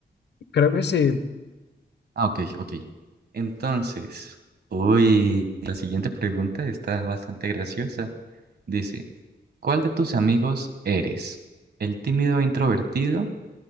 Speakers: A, on the left; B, on the right.
A: Creo que sí.
B: Ah, ok, ok. Entonces, uy, la siguiente pregunta está bastante graciosa. Dice, ¿cuál de tus amigos eres? ¿El tímido e introvertido?